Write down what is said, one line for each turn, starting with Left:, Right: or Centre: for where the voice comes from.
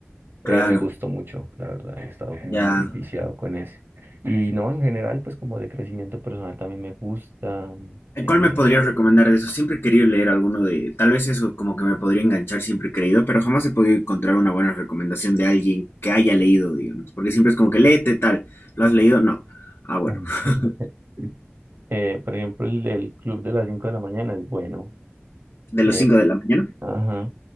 Right: Eh,
Left: Claro,
Right: me gustó mucho, la verdad, he estado como
Left: ya.
Right: muy viciado con ese. Y no, en general, pues como de crecimiento personal también me gusta.
Left: ¿Y
Right: eh,
Left: ¿Cuál me podrías recomendar de eso? Siempre he querido leer alguno de, tal vez eso como que me podría enganchar, siempre he creído, pero jamás he podido encontrar una buena recomendación de alguien que haya leído, digamos, porque siempre es como que léete tal, ¿lo has leído? No. Ah, bueno,
Right: <laughs>
Left: <laughs>
Right: eh, por ejemplo, el, el club de las cinco de la mañana es bueno.
Left: de
Right: eh,
Left: los cinco de la mañana.
Right: ajá.